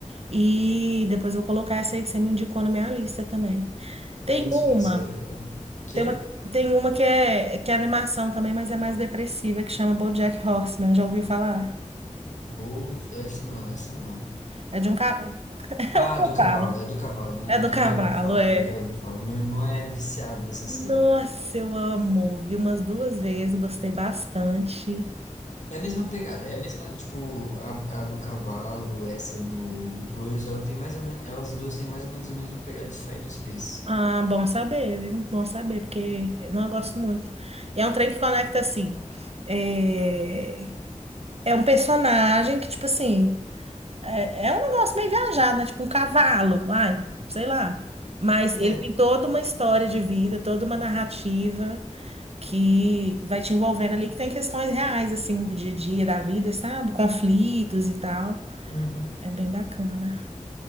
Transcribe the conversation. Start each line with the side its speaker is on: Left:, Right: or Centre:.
Right: e depois eu vou colocar essa aí que você me indicou na minha lista também. Tem
Left: Vai no
Right: uma.
Left: Space, é legal. Quê?
Right: Tem uma, tem uma que é, que é animação também, mas é mais depressiva, que chama BoJack Horseman. Já ouviu falar?
Left: Bold, essa não, essa não.
Right: É de um, ca... <laughs>
Left: Ah,
Right: é um
Left: do cavalo,
Right: cavalo.
Left: é do cavalo, né?
Right: É do
Left: Ah,
Right: cavalo,
Left: eu já ouvi falar,
Right: é.
Left: eu já ouvi falar. Meu irmão é viciado nessa
Right: Nossa,
Left: série. aí.
Right: eu amo. Vi umas duas vezes, gostei bastante.
Left: É a mesma pegada, é a mesma, tipo, a, a do cavalo, essa do, do coisa, ela tem mais ou menos, elas duas têm mais ou menos a mesma pegada de Final Space.
Right: Ah, bom saber, viu? Bom saber, porque eu não gosto muito. E é um trem que conecta assim. É, é um personagem que, tipo assim. É, é um negócio meio viajado, né? Tipo um cavalo, ai, sei lá. Mas ele
Left: <laughs>
Right: tem toda uma história de vida, toda uma narrativa que vai te envolvendo ali, que tem questões reais, assim, do dia a dia, da vida, sabe? Conflitos e tal.
Left: É. Uhum.
Right: É bem bacana.